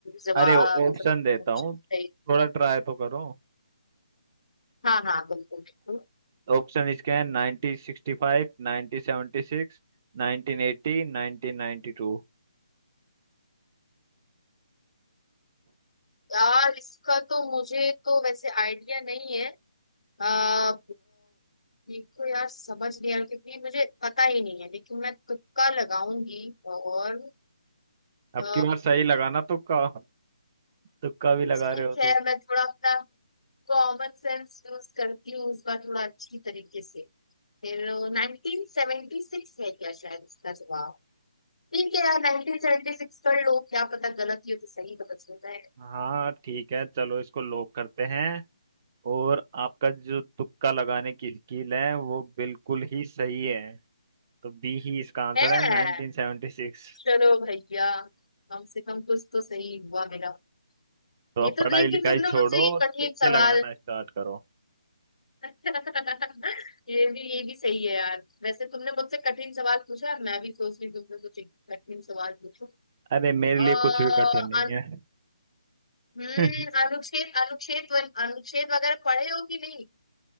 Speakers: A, on the left; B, on the right.
A: जवाब
B: अरे ऑप्शन
A: मतलब
B: देता
A: ऑप्शन
B: हूँ
A: है
B: थोड़ा ट्राई तो करो
A: हाँ हाँ बिल्कुल बिल्कुल
B: ऑप्शन इसके हैं nineteen sixty five nineteen seventy six nineteen eighty nineteen ninety two
A: यार इसका तो मुझे तो वैसे आइडिया नहीं है आ, देखो यार समझ नहीं आ रहा क्योंकि मुझे पता ही नहीं है लेकिन मैं तुक्का लगाऊंगी और अ,
B: अब की बार सही लगाना तुक्का तुक्का भी लगा
A: ठीक
B: रहे हो
A: है
B: तो
A: मैं थोड़ा अपना कॉमन सेंस यूज करती हूँ इस बार थोड़ा अच्छी तरीके से फिर नाइनटीन सेवेंटी सिक्स है क्या शायद इसका जवाब ठीक है यार 1976 कर लो क्या पता गलत ही हो तो सही पता चल जाएगा
B: हाँ ठीक है चलो इसको लॉक करते हैं और आपका जो तुक्का लगाने की स्किल है वो बिल्कुल ही सही है तो बी ही इसका आंसर
A: है
B: है 1976
A: चलो भैया कम से कम कुछ तो सही हुआ मेरा
B: तो अब
A: ये तो
B: पढ़ाई
A: लेकिन
B: लिखाई
A: तुमने
B: छोड़ो
A: मुझसे ये
B: और
A: कठिन
B: तुक्के
A: सवाल
B: लगाना स्टार्ट करो
A: <laughs> ये भी ये भी सही है यार वैसे तुमने मुझसे कठिन सवाल पूछा है मैं भी सोच रही हूँ तुमने कुछ एक कठिन सवाल पूछो
B: अरे मेरे लिए
A: अः
B: कुछ भी कठिन नहीं
A: अनु, हम्म,
B: है <laughs>
A: अनुच्छेद अनुच्छेद व- अनुच्छेद वगैरह पढ़े हो कि नहीं